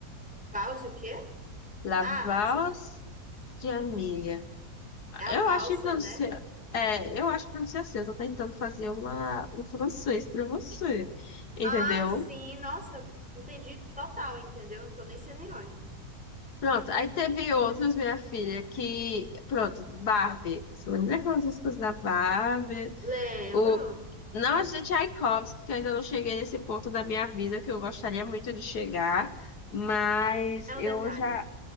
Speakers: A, in the centre; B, on the left.
A: Vals o quê?
B: La
A: Ah,
B: Valse
A: sim.
B: de Amélie.
A: É a
B: Eu
A: valsa,
B: acho que pra
A: né?
B: você. É, eu acho que pra você assim, eu tô tentando fazer uma, um francês pra você. Entendeu?
A: Ah, sim. Nossa, entendi total, entendeu? Não tô nem sendo irônica.
B: Pronto, aí teve outros, minha filha, que. Pronto, Barbie. Você lembra aquelas músicas da Barbie?
A: Lembro.
B: O... Nós de Tchaikovsky, que eu ainda não cheguei nesse ponto da minha vida, que eu gostaria muito de chegar, mas
A: É
B: eu
A: um detalhe.
B: já.